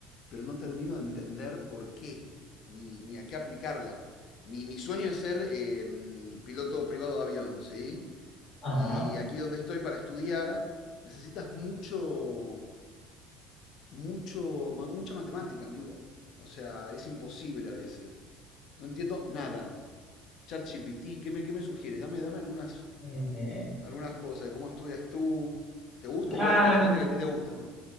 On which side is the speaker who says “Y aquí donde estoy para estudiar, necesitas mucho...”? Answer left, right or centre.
Left